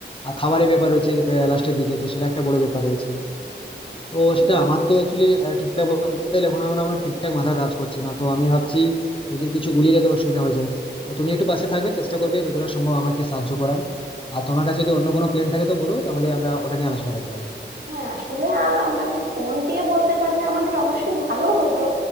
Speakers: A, on the left (about 30°); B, on the right (about 55°).
A: আহ, খাবারের ব্যাপার রয়েছে লাস্টের দিকে তো সেটা একটা বড় ব্যাপার রয়েছে তো
B: তো।
A: সেটা আমার তো অ্যাকচুয়ালি ঠিকঠাক বলতে গেলে এখন আমার ঠিকঠাক মাথা কাজ করছে না তো আমি ভাবছি যদি কিছু গুলিয়ে যেতে অসুবিধা হয়ে যায় তো তুমি একটু পাশে থাকবে চেষ্টা করবে যতটা সম্ভব আমাকে সাহায্য করার আর তোমার কাছে যদি অন্য কোনো প্ল্যান থাকে তো বলো তাহলে আমরা ওটা নিয়ে আলোচনা করতে পারি
B: হ্যাঁ আসলে আহ, মানে ফোন দিয়ে বলতে পারলে আমাদের অবশ্যই ভালো হতো